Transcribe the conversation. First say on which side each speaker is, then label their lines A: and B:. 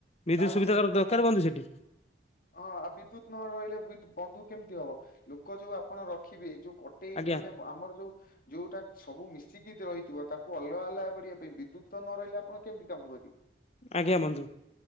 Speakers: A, on the left (about 35°); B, on the left (about 50°).
A: ବିଦ୍ୟୁତ
B: ତାର
A: ସୁବିଧା
B: କେତେ କଣ
A: ଦରକାର ବନ୍ଧୁ ସେଠି
B: ହ ଆ ବିଦ୍ୟୁତ ନହ ରହିଲେ ବନ୍ଧୁ କେମିତି ହବ ଲୋକ ଯୋଉ ଆପଣ ରଖିବେ ଯୋଉ କଟେଇ
A: ଆଜ୍ଞା।
B: ମାନେ ଆମର ଯୋଉ ଯୋଉଟା ସବୁ ମି- -ରହିଥିବ ତାକୁ ଅଲଗା ଅଲଗା କରିବା ପାଇଁ ବିଦ୍ୟୁତ ତ ନ ରହିଲେ ଆପଣ କେମିତି କାମ କରିବେ
A: ଆଜ୍ଞା ବନ୍ଧୁ